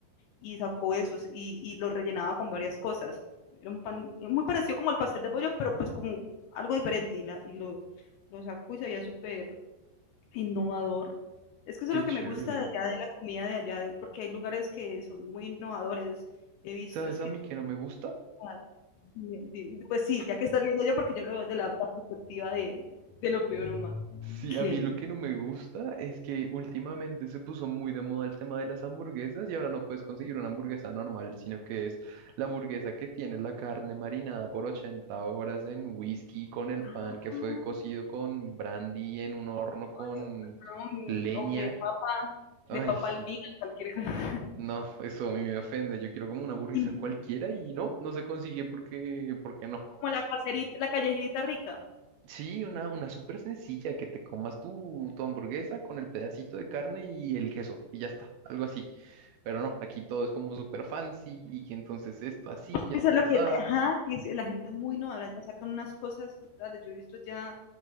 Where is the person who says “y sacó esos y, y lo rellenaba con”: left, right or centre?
Left